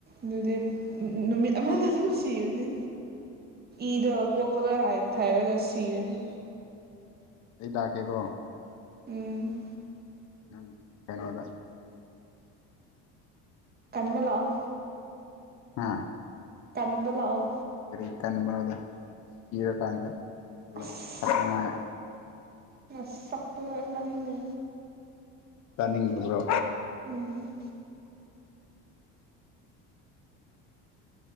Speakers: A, on the right; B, on the left.
A: ꯑꯗꯨꯗꯤ ꯅꯨꯃꯤꯠ ꯑꯃꯗ ꯑꯗꯨꯝ ꯁꯤ ꯁꯤꯔꯅꯤ ꯏꯗꯣ ꯀꯣꯛꯇꯂꯣꯏ ꯍꯥꯏ ꯊꯥꯔꯒ ꯁꯤꯔꯅꯤ
B: ꯑꯩ ꯂꯥꯛꯀꯦꯀꯣ
A: ꯎꯝ
B: ꯅꯪ ꯀꯩꯅꯣꯗ
A: ꯀꯟꯕ ꯂꯥꯛꯑꯣ
B: ꯑꯥ
A: ꯇꯝꯕ ꯂꯥꯛꯑꯣ
B: ꯀꯔꯤ ꯀꯟꯕꯅꯣꯗ ꯀꯤꯔꯥ ꯀꯥꯟꯗ
A: ꯑꯁ
B: ꯂꯧꯈꯠ ꯅꯤꯡꯉꯥꯏ
A: ꯅꯁꯛꯇꯨꯒ ꯌꯥꯅꯤꯡꯗꯦ
B: ꯇꯥꯅꯤꯡꯗꯕ꯭ꯔꯣ
A: ꯎꯝ